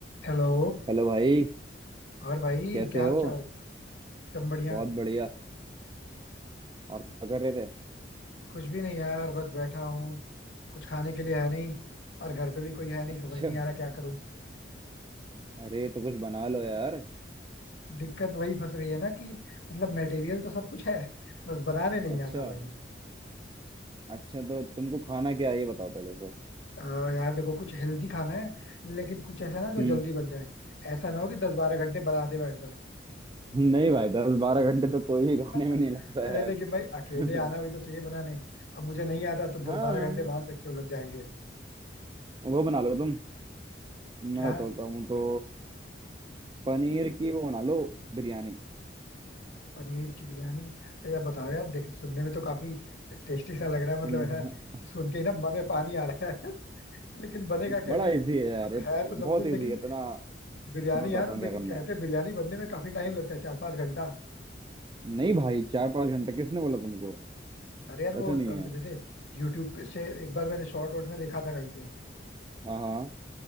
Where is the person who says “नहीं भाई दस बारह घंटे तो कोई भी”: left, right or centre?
Right